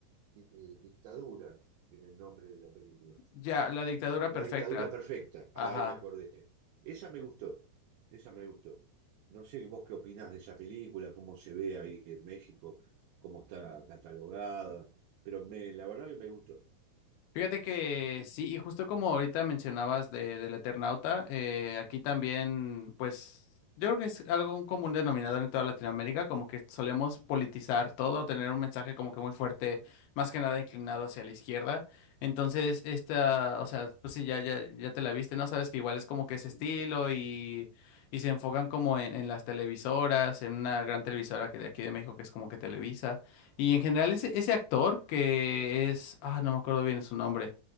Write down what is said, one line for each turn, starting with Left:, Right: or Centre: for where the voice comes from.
Right: di- eh, dictadura en el nombre de la película.
Left: ya, La Dictadura
Right: La
Left: Perfecta.
Right: dictadura perfecta. Ay,
Left: Ajá.
Right: me acordé. Esa me gustó. Esa me gustó. No sé vos qué opinás de esa película, cómo se ve ahí en México, cómo está catalogada, pero me, la verdad que me gustó.
Left: Fíjate que sí, y justo como ahorita mencionabas de, del Eternauta, eh, aquí también, pues, yo creo que es algo un común denominador en toda Latinoamérica, como que solemos politizar todo, tener un mensaje como que muy fuerte, más que nada inclinado hacia la izquierda. Entonces, esta, o sea, pues sí, ya, ya, ya te la viste, ¿no? Sabes que igual es como que ese estilo y, y se enfocan como en, en las televisoras, en una gran televisora que de aquí de México, que es como que Televisa. Y en general ese,
Right: Sí,
Left: ese actor que es, ah, no me acuerdo bien su nombre,